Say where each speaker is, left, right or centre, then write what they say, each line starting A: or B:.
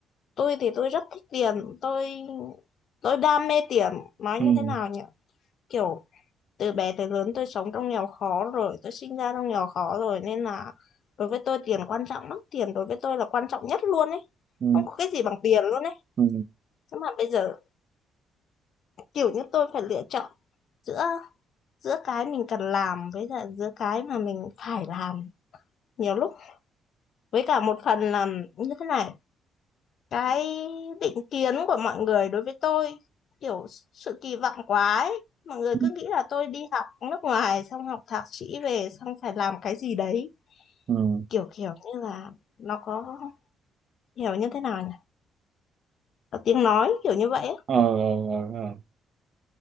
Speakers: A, on the left (about 60°); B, on the right (about 50°).
A: tôi thì tôi rất thích tiền tôi tôi đam mê tiền nói
B: Ừ.
A: như thế nào nhỉ kiểu từ bé tới lớn tôi sống trong nghèo khó rồi tôi sinh ra trong nghèo khó rồi nên là đối với tôi tiền quan trọng lắm tiền đối với tôi là quan trọng nhất luôn ấy
B: Ừ.
A: không có cái gì bằng tiền luôn ấy
B: Ừ.
A: nhưng mà bây giờ kiểu như tôi phải lựa chọn giữa giữa cái mình cần làm với lại giữa cái mà mình phải làm nhiều lúc với cả một phần là như thế này cái định kiến của mọi người đối với tôi kiểu sự kỳ vọng quá ấy. mọi người
B: Ừ.
A: cứ nghĩ là tôi đi học nước ngoài xong học thạc sĩ về xong phải làm cái gì đấy
B: Ừ.
A: kiểu kiểu như là nó có hiểu như thế nào nhỉ có tiếng nói kiểu như vậy ấy.
B: Ờ, ờ, ờ,